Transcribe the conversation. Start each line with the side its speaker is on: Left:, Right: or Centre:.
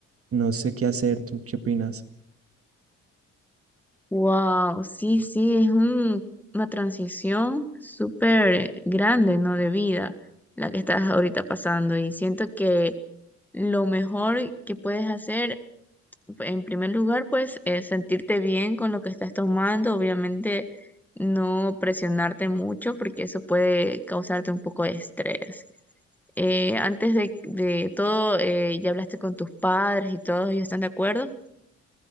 Right: no sé qué hacer. ¿Tú qué opinas?
Centre: Wow, sí, sí, es un- una transición súper grande, ¿no? De vida, la que estás ahorita pasando. Y siento que lo mejor que puedes hacer, en primer lugar, pues, es sentirte bien con lo que estás tomando. Obviamente, no presionarte mucho, porque eso puede causarte un poco de estrés. Eh, antes de, de todo, eh, ¿ya hablaste con tus padres y todos ellos están de acuerdo?